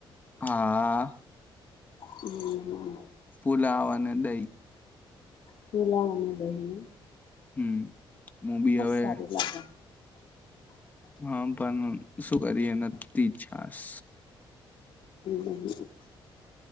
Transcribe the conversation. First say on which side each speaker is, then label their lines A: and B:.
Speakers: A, on the left; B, on the left.
A: હા.
B: હમ હમ.
A: પુલાવ અને દહી.
B: પુલાવ અને દહીએ.
A: હમ હું બી હવે
B: સારી લાગે
A: હા પણ શું કરી એ નથી છાસ.
B: હમ હમ.